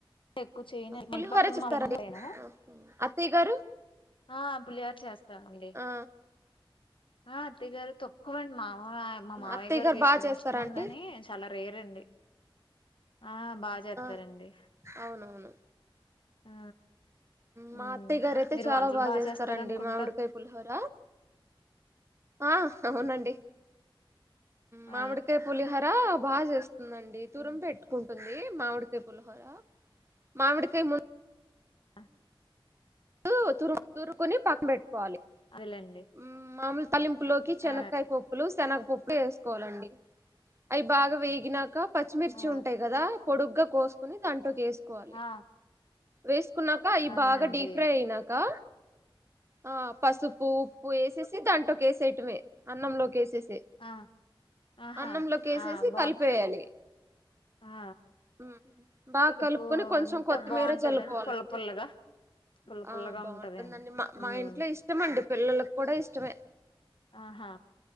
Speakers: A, on the left; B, on the right.
A: ఎక్కు చేయనే
B: పులిహోర
A: ఇంటి పక్కన
B: చేస్తారండి
A: మా ఫ్రెండ్ నువ్వేనా
B: ఆహా అత్తయ్య గారు
A: ఆ పులిహోర చేస్తా అండి.
B: ఆ
A: ఆ తిగల్ తొక్కువన్ మా మా మావయ్య
B: అత్తయ్య
A: గారికి
B: గారు
A: <unintelligible>
B: బాగా చేస్తారా
A: ఇష్టముండదని
B: అండి
A: చాల రేరండి ఆ బా చేత్తరండి
B: ఆ అవునవును
A: ఆ మ్మ్
B: మా అత్తయ్యగారైతే
A: మీరు
B: చాలా
A: వంటలు
B: బాగా చేస్తారండి
A: చేస్తారనుకుంటా
B: మామిడికాయ్ పులిహోర ఆ అవునండి.
A: ఆ
B: మామిడికాయ్ పులిహర బాగా చేస్తుందండి తురుమ్
A: ఉమ్,
B: పెట్టుకుంటుం ఏ మామిడికాయ పులిహార మామిడికాయ ముందు
A: అ
B: తు తురు తురుకుని పక్కన పెట్టుకోవాలి
A: అదేలేండి
B: ఊ మాములు తల్లింపులోకి శనకాయ
A: ఆ
B: పప్పులు శనగపప్పులు వేసుకోవాలండి అవి బాగా వేగినాక పచ్చిమిర్చి
A: ఆ
B: ఉంటాయి కదా పొడుగ్గా కోసుకుని దాంట్లోకిసుకు కోవాలి
A: ఆ
B: వేసుకున్నాక అవి
A: అవునండి
B: బాగా డీప్ అ కా ఆ పసుపు పు వేసేసి దాంట్లోకిసేయటమే అన్నంలోకి వేసేసి
A: ఆ ఆహా
B: అన్నంలోకేసేసి
A: ఆ బా
B: కలిపేయాలి
A: ఆ
B: ఉమ్, బాగా
A: పులుపు
B: కలుపుకొని కొంచెం
A: అంతా
B: కొత్తిమీర
A: బాగుంటదండి
B: చల్లుకోవాలండి
A: పుల పుల్లగా పుల్ల పుల్లగా
B: ఆ బాగుంటుందండి
A: ఉంటదండి
B: మా
A: మ్మ్
B: మా ఇంట్లో ఇష్టం అండి పిల్లలకు కూడా ఇష్టమే
A: ఆహా